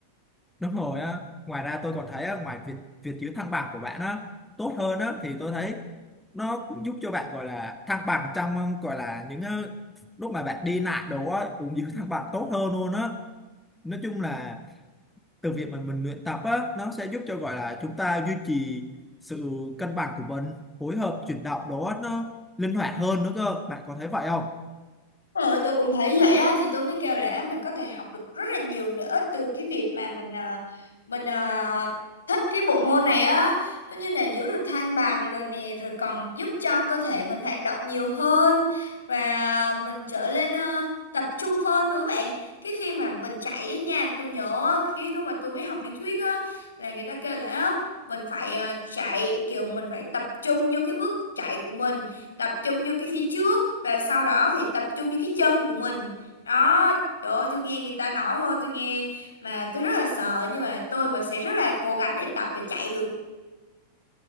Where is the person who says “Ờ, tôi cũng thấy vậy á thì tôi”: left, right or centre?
Left